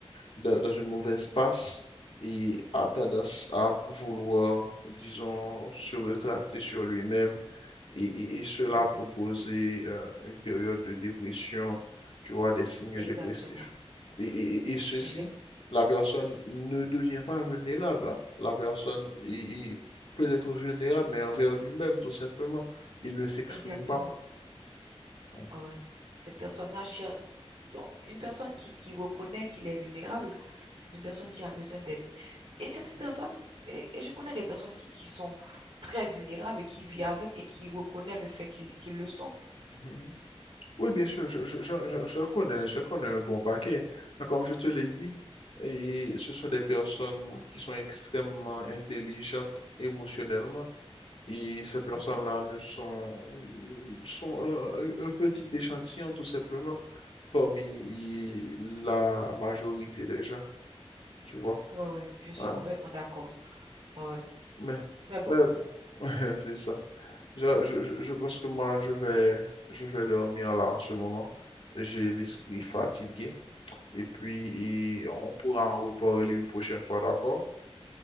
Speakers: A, on the left; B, on the right.
A: dans, dans une mauvaise passe et a
B: mhm,
A: tendance à vouloir, disons, se retracter sur lui-même et, et- et cela
B: mhm.
A: peut causer euh, une période de dépression, tu vois, des signes
B: Exactement.
A: dépressifs. Et, et- et ceci,
B: Exa-
A: la personne ne devient pas vulnérable là. La personne il- il peut être vulnérable, mais envers lui-même, tout simplement. Il ne s'exprime
B: Exactement.
A: pas. Mhm.
B: Ouais. Cette personne-là, cher- bon, une personne qui, qui reconnaît qu'il est vulnérable, c'est une personne qui a besoin d'aide. Et certaines personnes, et et je connais des personnes qui, qui sont très vulnérables et qui vivent avec et qui reconnaissent le fait qu'ils qu'ils le sont.
A: Mhm. Oui, bien sûr, je, je, je, je- je connais, je connais un bon paquet. Mais comme je te l'ai dit, et ce sont des personnes qui sont extrêmement intelligentes émotionnellement. Et ces personnes-là
B: Mhm.
A: ne sont, sont un, un petit échantillon, tout simplement, parmi la majorité des gens, tu vois.
B: Ouais, ouais, je suis
A: Hein.
B: complètement d'accord. Ouais, ouais.
A: Mais,
B: Mais bon,
A: mais bon, <laughs> c'est ça. Je, je, je je pense que moi, je vais, je vais dormir là en ce moment. J'ai l'esprit
B: mhm.
A: fatigué. Et puis, et on pourra en reparler une prochaine fois, d'accord?